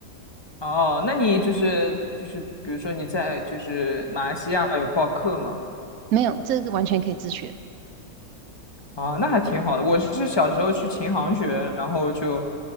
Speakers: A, on the left; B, on the right.
A: 哦，那你就是就是比如说你在就是马来西亚有报课吗？
B: 没有，这个完全可以自学。
A: 啊，那还挺好的。我是小时候去琴行学，然后就